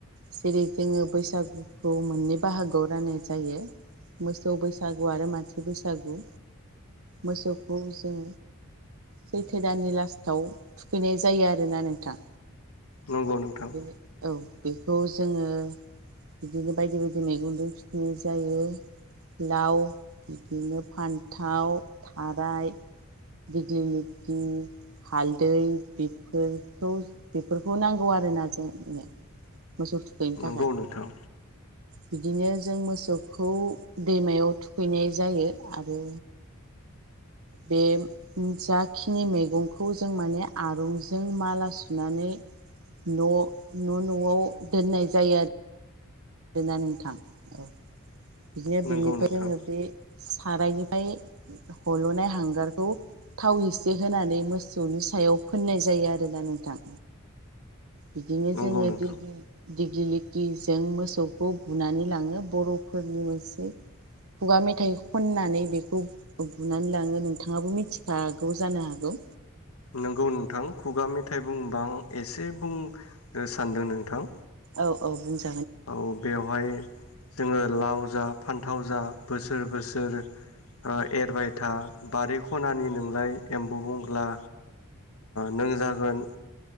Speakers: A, on the right; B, on the left.
A: जेरै जोङो बैसागुखौ मोननै बाहागोआव राननो जायो मोसौ बैसागु आरो मानसि बैसागु मोसोखौ जों सैथो दाननि लास्टाव थुखैनाय जायो आरोना नोंथां
B: नंगौ नोंथां
A: बेनो औ बेखौ जोङो बिदिनो बायदि बायदि मैगंजों थुखिनाय जायो लाव बिदिनो फान्थाव थाराय दिगलिगिथि <unintelligible> हालदै बेफोर बेफोरखौ नांगौ आरो कररायनाजोंनो <unintelligible> मोसौ थुखैनो थाखाय
B: नंगौ नोंथां
A: बिदिनो जों मोसौखौ दैमायाव थुखैनाय जायो आरो बे जाखिनि मैगंखौ जों माने आरुंजों माला सुनानै न' न' न'आव दोननाय जायो आरो बेा नोंथां औ <unintelligible> बिदिनो
B: नंगौ
A: बिनिफ्राय
B: नोंथां
A: जोङो बे सारायनिफ्राय हल'नाय हांगारखौ थाव एसे होनानै मोसौनि सायाव फोननाय जायो आरोना नोंथां बिदिनो
B: नंगौ
A: जोङो
B: नोंथां
A: दिगलि दिग्लिलिथिजों मोसौखौ बुनानै लाङो बर'फोरनि मोनसे खुगा मेथाइ खननानै बेखौ बुनानै लाङो नोंथाङाबो मिथिखागौ जानो हागौ
B: नंगौ नोंथां खुगा मेथाइ बुङोबां एसे बुंनो सानदों नोंथां
A: औ औ बुंसाय
B: औ बेवहाय जोङो लाव जा फानथाव जा बोसोर बोसोर एरबाय था बारि खनानि नोंलाय एम्बु बंग्ला नों जागोन